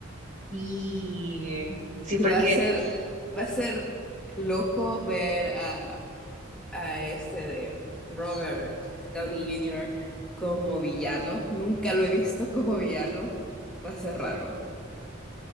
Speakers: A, on the right; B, in the centre.
A: y sí,
B: Y
A: porque
B: va a ser, va a ser loco ver a, a este de Robert Downey Jr. como villano. Nunca lo he visto como villano. Va a ser raro.